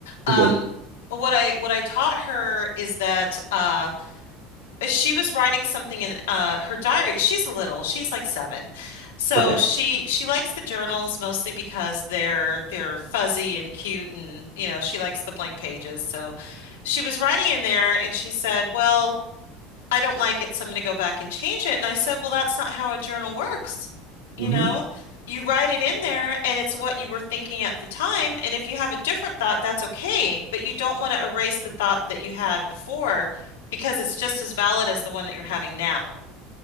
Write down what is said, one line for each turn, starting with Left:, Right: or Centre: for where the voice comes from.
Left: Um,
Right: you're good.
Left: what I what I taught her is that uh, she was writing something in uh, her diary. She's little, she's like seven, so
Right: Okay,
Left: she she likes the journals mostly because they're they're fuzzy and cute, and you know she likes the blank pages. So she was writing in there, and she said, "Well." I don't like it, so I'm going to go back and change it. And I said, well, that's not how a journal works. You
Right: hmm
Left: know, you write it in there and it's what you were thinking at the time. And if you have a different thought, that's okay. But you don't want to erase the thought that you had before because it's just as valid as the one that you're having now.